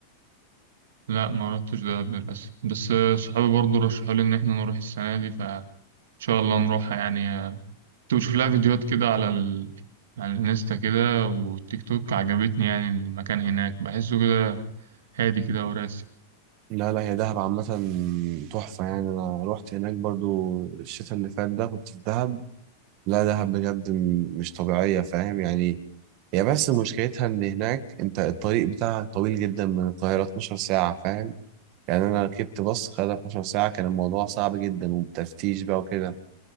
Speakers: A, on the right; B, on the right.
A: لا ما عرفتش ده قبل للأسف بس آه، صحابي برضو رشحوا لي إن إحنا نروح السنة دي فإن شاء الله نروحها يعني آه، كنت بشوف لها فيديوهات كده على ال... على الانستا كده والتيك توك عجبتني يعني المكان هناك بحسه كده هادي كده وراسي
B: لا لا هي دهب عامة تحفة يعني أنا روحت هناك برضو الشتاء اللي فات ده كنت في دهب لا دهب بجد م- مش طبيعية فاهم يعني هي بس مشكلتها إن هناك أنت الطريق بتاعها طويل جدا من القاهرة 12 ساعة فاهم يعني أنا ركبت باص خد 12 ساعة كان الموضوع صعب جدا وبتفتيش بقى وكده